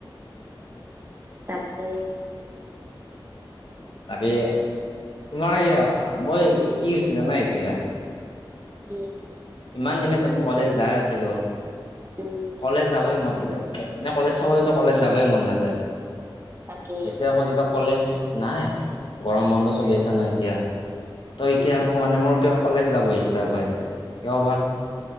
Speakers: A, on the right; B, on the left.
A: তাকে
B: তাকে তোমাৰ এই মই কি হৈছে জানা এতিয়া
A: উম
B: ইমান দিনেতো মই কলেজ যাই আছিলো
A: উম
B: কলেজ যাবই মন এনেই কলেজ থাকোঁতেতো কলেজ যাবই মন নাযায়
A: তাকে
B: এতিয়া আকৌ যেতিয়া কলেজ নাই গৰম বন্ধ চলি আছে ন এতিয়া ত এতিয়া
A: উম
B: আকৌ মানে মোৰ কিয় কলেজ যাব ইচ্ছা কৰি আছে কিয় বা